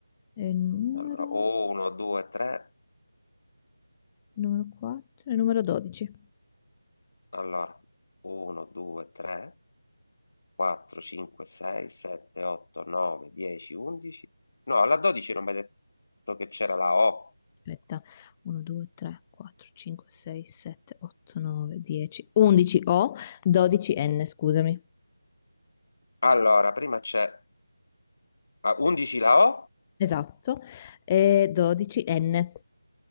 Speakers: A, on the left; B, on the left.
A: e numero,
B: Allora, 1, 2, 3.
A: numero 4 e numero 12.
B: Allora, 1, 2, 3, 4, 5, 6, 7, 8, 9, 10, 11. No, alla 12 non mi hai detto che c'era la O.
A: Aspetta, 1, 2, 3, 4, 5, 6, 7, 8, 9, 10, 11 O, 12N, scusami.
B: Allora, prima c'è a 11 la O.
A: Esatto, e 12N.